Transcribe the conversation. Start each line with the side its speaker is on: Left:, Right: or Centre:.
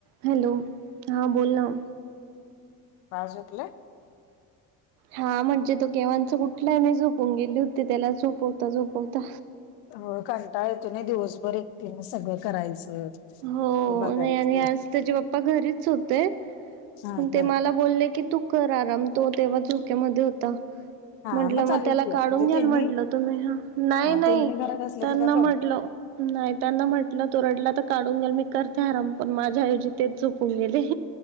Right: Hello, हा बोला.
Left: बाळ झोपलय?
Right: हा म्हणजे तो केवांच ऊठलाय मी झोपून गेली होती त्याला झोपवता झोपवता.
Left: अ कंटाळ येतो नाही. दिवसभर एकटीन सगळं करायचं!
Right: हो
Left: ते बघायचं
Right: नाही आणि आज त्याचे पप्पा घरीच होते.
Left: हा
Right: पण ते
Left: हा
Right: मला बोलले की तू कर आराम तो तेव्हा झोक्यामध्ये होता.
Left: हा
Right: म्हटलं मग
Left: चालेल
Right: त्याला
Left: की
Right: काढून
Left: म्हणजे
Right: घ्याल
Left: त्यांनी
Right: म्हटलं! तुम्ही ह नाही
Left: हा
Right: नाही
Left: त्यांनी घरात असले
Right: त्यांना
Left: तर काय प्रॉब्लेम
Right: म्हटलं नाही त्यांना म्हटलं तो रडला तर काढून घेल मी करते. आराम पण माझ्या ऐवजी तेच झोपून गेले.